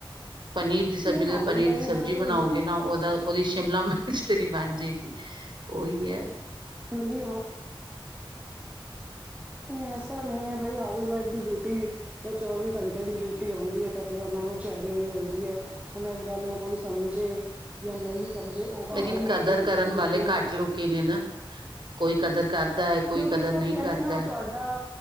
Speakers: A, on the right (about 55°); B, on the right (about 15°).
A: ਪਨੀਰ ਦੀ ਸਬਜ਼ੀ
B: ਨਹੀਂ
A: ਜਦੋਂ
B: ਹਾਊਸ
A: ਪਨੀਰ
B: ਵਾਈਫ
A: ਦੀ ਸਬਜ਼ੀ
B: ਦਾ ਤਾਂ
A: ਬਣਾਓਗੇ ਨਾ ਓਦਾ ਓਦੀ ਸ਼ਿਮਲਾ ਮਿਰਚ ਤੇ ਨੀ ਬਣ ਜੇਗੀ, ਓਹੀ ਐ
B: <unintelligible> ਨਈ ਐਸਾ ਨਈ ਐ ਬਈ ਹਾਊਸ ਵਾਈਫ ਦੀ ਡਿਊਟੀ ਤੇ ਚੌਵੀ ਘੰਟੇ ਦੀ ਡਿਊਟੀ ਹੁੰਦੀ ਐ ਕਦੇ ਓਨਾ ਨੂੰ ਚੈਨ ਈ ਨੀ ਮਿਲਦੀ ਐ, ਈ ਹੁਨ ਇਸ ਗੱਲ ਨੂੰ ਕੋਈ ਸਮਝੇ, ਜਾਂ ਨਈ ਸਮਝੇ ਓ ਕਮ
A: ਲੇਕਿਨ
B: ਓਨਾ
A: ਕਦਰ
B: ਨੂੰ
A: ਕਰਨ
B: ਲੇਕਿਨ
A: ਵਾਲੇ ਘੱਟ ਲੋਕ ਹੀ ਨੇ ਨਾ ਕੋਈ ਕਦਰ ਕਰਦਾ ਹੈ ਕੋਈ
B: ਕਿਉਂਕਿ
A: ਕਦਰ
B: ਸਭ
A: ਨਹੀਂ
B: ਕੈਂਦੇ
A: ਕਰਦਾ
B: ਨਾ ਓ
A: ਹੈ
B: ਤੁਆਡਾ